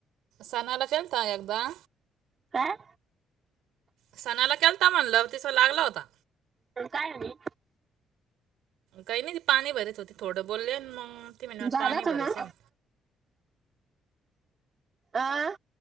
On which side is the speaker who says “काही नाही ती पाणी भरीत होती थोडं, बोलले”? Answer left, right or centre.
Right